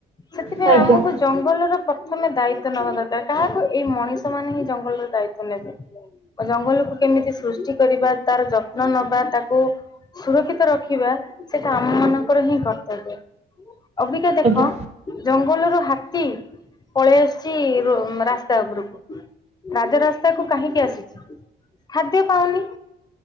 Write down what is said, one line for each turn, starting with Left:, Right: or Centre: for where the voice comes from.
Left: ସେଥିପାଇଁ
Right: ଆଜ୍ଞା ଆଜ୍ଞା
Left: ଆମକୁ ଜଙ୍ଗଲର ପ୍ରଥମେ ଦାୟିତଵ ନେବା ଦରକାର କାହାକୁ ଏଇ ମଣିଷ ମାନେ ହିଁ ଜଙ୍ଗଲର ଦାୟିତଵ ନେବେ। ଜଙ୍ଗଲକୁ କେମିତି ସୃଷ୍ଟି କରିବା ତାର ଯତ୍ନ ନବା ତାକୁ ସୁରକ୍ଷିତ ରଖିବା ସେଟା ଆମ ମାନଙ୍କର ହିଁ କର୍ତ୍ତବ୍ୟ। ଅବିକା ଦେଖ
Right: ଆଜ୍ଞା
Left: ଜଙ୍ଗଲରୁ ହାତୀ ପଳେଇ ଆସୁଚି ରୋ ରାସ୍ତା ଉପରକୁ। ରାଜରାସ୍ତା କୁ କାହିଁକି ଆସୁଚି? ଖାଦ୍ୟ ପାଉନି।